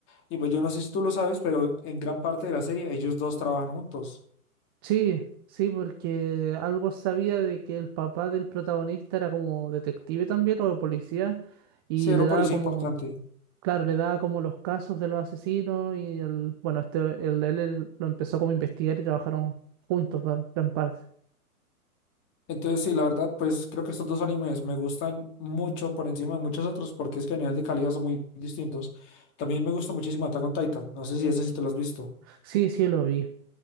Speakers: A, on the left; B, on the right.
A: Y pues yo no sé si tú lo sabes, pero en gran parte de la serie ellos dos trabajan juntos.
B: Sí, sí, porque algo sabía de que el papá del protagonista era como detective también o policía y
A: Sí, era
B: le
A: un
B: daba
A: policía
B: como,
A: importante.
B: claro, le daba como los casos de los asesinos y el, bueno, este, el, él, él lo empezó como a investigar y trabajaron juntos, ¿vale? En parte.
A: Entonces, sí, la verdad, pues creo que estos dos animes me gustan mucho por encima de muchos otros porque es que a nivel de calidad son muy distintos. También me gusta muchísimo Attack on Titan. No sé si ese sí te lo has visto.
B: Sí, sí, lo vi.